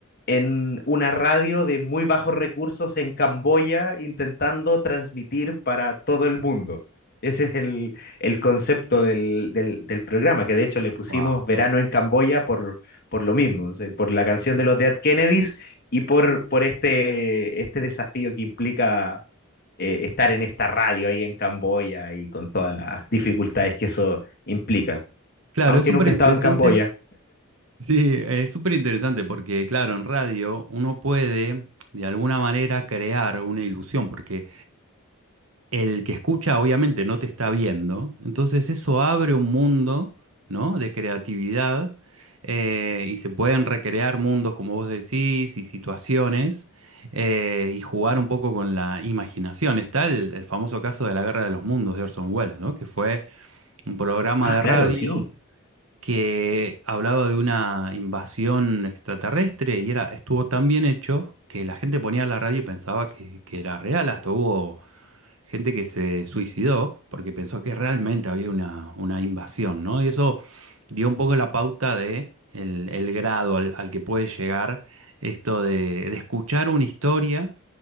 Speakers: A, on the left; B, on the right.
A: en una radio de muy bajos recursos en Camboya intentando transmitir para todo el mundo. Ese es el, el concepto del, del, del programa, que de hecho le pusimos
B: wow.
A: Verano en Camboya por, por lo mismo, o sea, por la canción de los Dead Kennedys y por, por este, este desafío que implica eh, estar en esta radio ahí en Camboya y con todas las dificultades que eso implica.
B: Claro,
A: Aunque
B: es súper
A: nunca
B: interesante.
A: he estado en Camboya.
B: Sí, es súper interesante porque, claro, en radio uno puede de alguna manera crear una ilusión, porque el que escucha obviamente no te está viendo, entonces eso abre un mundo, ¿no? de creatividad eh, y se pueden recrear mundos, como vos decís, y situaciones eh, y jugar un poco con la imaginación. Está el, el famoso caso de la Guerra de los Mundos de Orson Welles, ¿no? que fue un programa
A: Ah,
B: de
A: claro,
B: radio
A: sí,
B: que hablaba de una invasión extraterrestre y era, estuvo tan bien hecho que la gente ponía la radio y pensaba que, que era real, hasta hubo gente que se suicidó porque pensó que realmente había una, una invasión, ¿no? Y eso dio un poco la pauta de el, el grado al, al que puede llegar esto de, de escuchar una historia